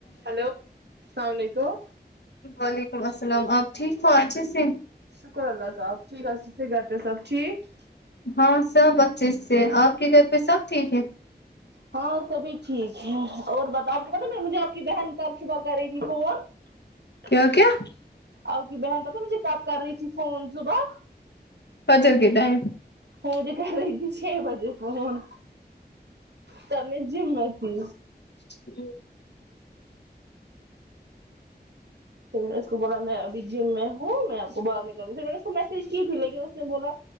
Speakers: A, on the right; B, on the left.
A: hello اسلام علیکم
B: وعلیکم السلام آپ ٹھیک ہو اچھے سے
A: شکر اللہ کا آپ ٹھیک آپکے گھر پہ سب ٹھیک
B: ہاں سب اچھے سے آپ کے گھر پہ سب ٹھیک ہے
A: ہاں سبھی ٹھیک ہے اور بتاؤپ کو پتا ن مجھے آپ کی بہن کل صبح کر رہی تھی فون <unintelligible>
B: کیا کیا
A: آپکی بہن پتا مجھے کپ کر رہی تھی فون صبح
B: فجر کے ٹائم
A: مجھے کر رہی تھی چھ بجے فون تب میں جیم مے تھی
B: <unintelligible>
A: پھر میں نے اس کو بولا میں ابھی جیم میں ہوں میں آپکو بعد میں کرونگی پھر میں نے اس کو میسج کی تھی لیکن اس نے بولا